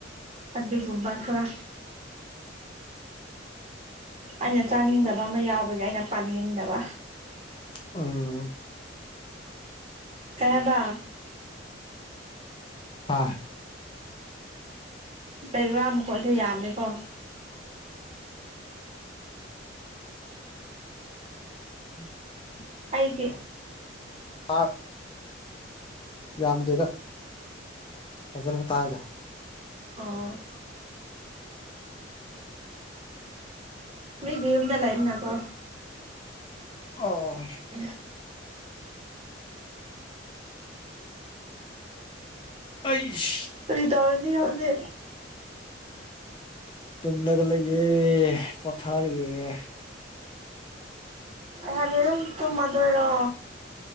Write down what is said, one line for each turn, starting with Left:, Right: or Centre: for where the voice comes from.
Right: ꯑꯗꯒꯨꯝꯕ ꯈꯔ ꯑꯩꯅ ꯆꯥꯅꯤꯡꯗꯕ ꯑꯃ ꯌꯥꯎꯕꯒꯤ ꯑꯩꯅ ꯄꯥꯝꯅꯤꯡꯗꯕ
Left: ꯎꯝ
Right: ꯀꯩ ꯍꯥꯏꯕ
Left: ꯑꯥ
Right: ꯂꯩꯔꯥ ꯃꯈꯨꯣꯁꯦ ꯌꯥꯝꯃꯦꯀꯣ
Left: <inaudible>
Right: ꯑꯩꯒꯤ
Left: ꯑ ꯌꯥꯝꯗꯦꯗ ꯐꯖꯅ ꯇꯥꯏꯗ
Right: ꯑ ꯃꯤꯒꯤ ꯌꯨꯝꯗ ꯂꯩꯈꯔꯦꯀꯣ
Left: ꯑꯣ
Right: <inaudible>
Left: ꯑꯤꯁ
Right: ꯀꯔꯤ ꯇꯧꯔꯅꯤ ꯍꯧꯖꯦ
Left: ꯇꯨꯝꯂꯒ ꯂꯩꯌꯦꯦ ꯄꯣꯊꯥꯔꯤꯌꯦ
Right: ꯑꯩ ꯍꯥꯏꯕꯦ ꯑꯗꯨꯝ ꯇꯨꯝꯃꯗꯣꯏꯔꯣ